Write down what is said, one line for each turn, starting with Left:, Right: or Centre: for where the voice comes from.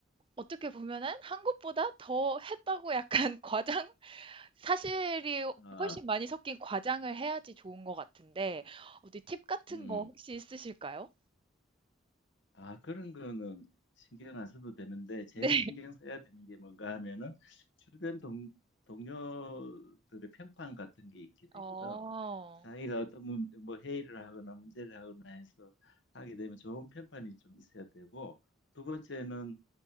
Right: 어떻게 보면은 한 것보다 더 했다고 약간 <laughs> 과장? 사실이
Left: 아,
Right: 훨씬 많이 섞인 과장을 해야지 좋은 것 같은데 어디 팁 같은
Left: 음.
Right: 거 혹시 있으실까요?
Left: 아, 그런 거는 신경 안 써도 되는데,
Right: <laughs>
Left: 제일
Right: 네.
Left: 신경 써야 되는 게 뭔가 하면은, 주변 동, 동료들의 평판 같은 게 있게 되거든.
Right: 어.
Left: 자기가 어떤 문, 뭐 회의를 하거나 문제를 하거나 해서 하게 되면 좋은 평판이 좀 있어야 되고, 두 번째는,